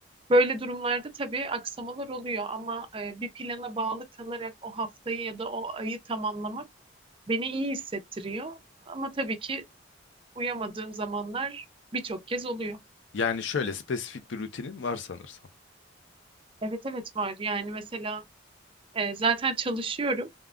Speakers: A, on the right (about 25°); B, on the left (about 70°).
A: Böyle durumlarda tabii aksamalar oluyor ama e, bir plana bağlı kalarak o haftayı ya da o ayı tamamlamak beni iyi hissettiriyor. Ama tabii ki uyamadığım zamanlar birçok kez oluyor.
B: Yani şöyle spesifik bir rutinin var sanırsam.
A: Evet evet var. Yani mesela E, zaten çalışıyorum.